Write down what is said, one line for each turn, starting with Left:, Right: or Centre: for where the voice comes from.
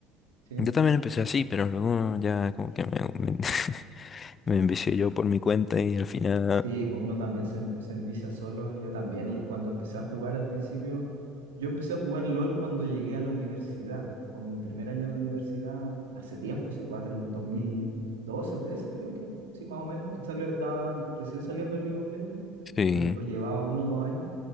Right: Sí.
Left: yo también empecé así, pero luego ya como que me, me- <laughs> me envicié yo por mi cuenta y al final
Right: Sí, pues uno también se, en- se envicia solo. Yo también l- cuando empecé a jugar al principio, yo empecé a jugar LOL cuando llegué a la universidad, con mi primer año de universidad, hace tiempo, sí, pues el 2012, 13 creo que, sí, más o menos, que salió, estaba recién saliendo el League of Legends,
Left: Sí.
Right: o, lle- o llevaba uno o dos años.